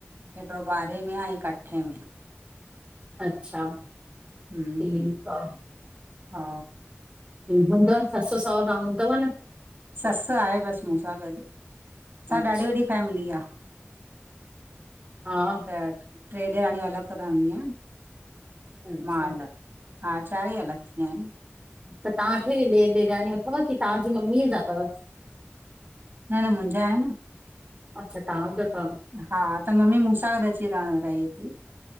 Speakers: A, on the right; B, on the right.
A: हिकिड़ो ॿारहें में आ हिक अठे में आहे।
B: अच्छा
A: ह ह
B: ठीकु आ
A: हा
B: हुंदव न सस सोंअरा हंदव न?
A: ससु आहे बसि मूंस सां गॾु असां
B: अच्छा
A: ॾाढी वॾी फैमिली आहे।
B: हा
A: त ट्रेडेराणी अलॻि रहंदी आहे
B: अच्छा
A: मा अलॻ -- हा चार ई अलॻ थी विया आहिन।
B: त तव्हांखे बि ॾे बिरयान अथव की तव्हांजी मम्मीअ जा अथव।
A: न न मुंहिंजा आहे न।
B: अच्छा तव्हां ज तव।
A: हा त मम्मी मूंसां गॾ अची रहण रहे थी।